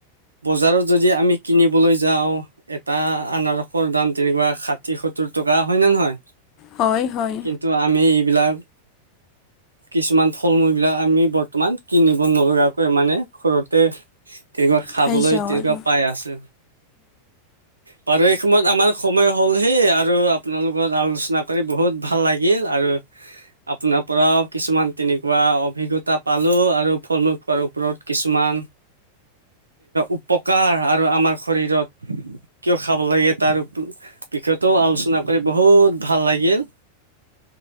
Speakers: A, on the right; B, on the left.
A: বজাৰত যদি আমি কিনিবলৈ যাওঁ এটা আনাৰসৰ দাম তেনেকুৱা ষাঠি সত্তৰ টকা। হয় নে নহয়?
B: হয় হয়
A: কিন্তু আমি এইবিলাক কিছুমান ফল-মূল বিলাক আমি বৰ্তমান কিনিব নলগাকৈ মানে ঘৰতে তেনেকুৱা খাবলৈ
B: পাই যাওঁ
A: তেনেকুৱা
B: আৰু
A: পাই আছে। বাৰু এই সময়ত আমাৰ সময় হ'লহি আৰু আপোনাৰ লগত আলোচনা কৰি বহুত ভাল লাগিল আৰু আপোনাৰ পৰাও কিছুমান তেনেকুৱা অভিজ্ঞতা পালোঁ আৰু ফল-মূল খোৱাৰ ওপৰত কিছুমান উপকাৰ আৰু আমাৰ শৰীৰত কিয় খাব লাগে তাৰ বিষয়টো আলোচনা কৰি বহুত ভাল লাগিল।